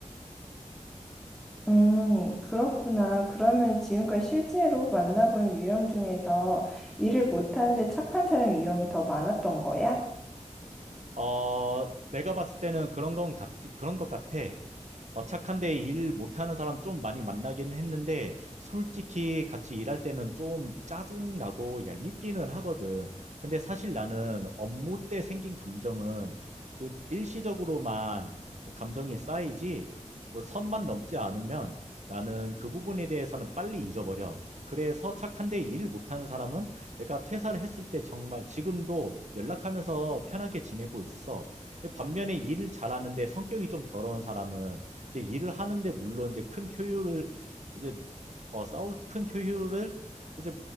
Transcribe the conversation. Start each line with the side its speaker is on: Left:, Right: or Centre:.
Centre: 음, 그렇구나. 그러면 지금까지 실제로 만나본 유형 중에서 일을 못하는데 착한 사람 유형이 더 많았던 거야?
Right: 어, 내가 봤을 때는 그런 건 같, 그런 것 같아. 어, 착한데 일 못하는 사람 좀 많이 만나긴 했는데, 솔직히 같이 일할 때는 좀 짜증나고 얄밉기는 하거든. 근데 사실 나는 업무 때 생긴 감정은 그 일시적으로만 뭐 감정이 쌓이지, 뭐 선만 넘지 않으면 나는 그 부분에 대해서는 빨리 잊어버려. 그래서 착한데 일 못하는 사람은 내가 퇴사를 했을 때 정말 지금도 연락하면서 편하게 지내고 있어. 반면에 일을 잘하는데 성격이 좀 더러운 사람은 이제 일을 하는데 물론 이제 큰 효율을 이제 어 싸우 큰 효율을 이제